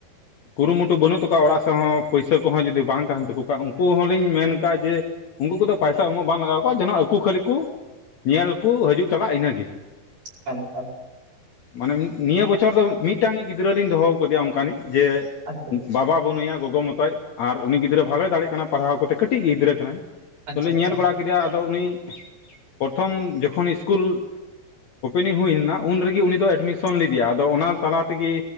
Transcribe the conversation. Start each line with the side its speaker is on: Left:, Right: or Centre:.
Left: ᱠᱩᱨᱩᱢᱩᱴᱩ ᱵᱟᱹᱱᱩᱜ ᱛᱟᱠᱚᱣᱟ ᱚᱲᱟᱜ ᱥᱮᱫ ᱦᱚᱸ ᱯᱩᱭᱥᱟᱹ ᱠᱚᱦᱚᱸ ᱡᱩᱫᱤ ᱵᱟᱝ ᱛᱟᱦᱮᱱ ᱛᱟᱠᱚ ᱠᱷᱟᱡ ᱩᱱᱠᱩ ᱦᱚᱸᱞᱤᱧ ᱢᱮᱱ ᱠᱟᱜ ᱡᱮ ᱩᱱᱠᱩ ᱠᱚᱫᱚ ᱯᱚᱭᱥᱟ ᱩᱱᱟᱹᱜ ᱵᱟᱝ ᱞᱟᱜᱟᱣ ᱠᱚᱣᱟ ᱡᱮᱱᱚ ᱟᱠᱚ ᱠᱷᱟᱹᱞᱤ ᱠᱚ ᱧᱮᱞ ᱠᱚ ᱦᱤᱡᱩᱜ ᱪᱟᱞᱟᱜ ᱤᱱᱟᱹ ᱜᱮ
Right: ᱠᱟᱨᱚᱱ
Left: ᱢᱟᱱᱮ ᱱᱤᱭᱟᱹ ᱵᱚᱪᱷᱚᱨ ᱫᱚ ᱢᱤᱫ ᱢᱤᱫᱴᱟᱝ ᱜᱤ ᱜᱤᱫᱽᱨᱟᱹ ᱞᱤᱧ ᱫᱚᱦᱚᱣ ᱟᱠᱟᱫᱮᱭᱟ ᱚᱱᱠᱟᱱᱤᱡ ᱡᱮ
Right: ᱟᱪᱪᱷᱟ
Left: ᱵᱟᱵᱟ ᱵᱟᱹᱱᱩᱭᱟ ᱜᱚᱜᱚ ᱢᱚᱛᱚᱡ ᱟᱨ ᱩᱱᱤ ᱜᱤᱫᱽᱨᱟᱹ ᱵᱷᱟᱞᱚᱭ ᱫᱟᱲᱮᱜ ᱠᱟᱱᱟ ᱯᱟᱲᱦᱟᱣ ᱠᱚᱛᱮ ᱠᱟᱹᱴᱤᱡ ᱜᱤᱫᱽᱨᱟᱹ ᱠᱟᱱᱟᱭ
Right: ᱟᱪᱪᱷᱟ
Left: ᱟᱫᱚ ᱞᱤᱧ
Right: ᱟᱪᱪᱷᱟ ᱟᱪᱪᱷᱟ
Left: ᱧᱮᱞ ᱵᱟᱲᱟ ᱠᱮᱫᱮᱭᱟ ᱟᱫᱚ ᱩᱱᱤ ᱯᱨᱚᱛᱷᱚᱢ ᱡᱚᱠᱷᱚᱱ ᱤᱥᱠᱩᱞ ᱳᱯᱮᱱᱤᱝ ᱦᱩᱭᱱᱟ ᱩᱱ ᱨᱮᱜᱮ ᱩᱱᱤ ᱫᱚ ᱮᱰᱢᱤᱥᱚᱱ ᱞᱮᱫᱮᱭᱟ ᱟᱫᱚ ᱚᱱᱟ ᱛᱟᱞᱟ ᱛᱮᱜᱮ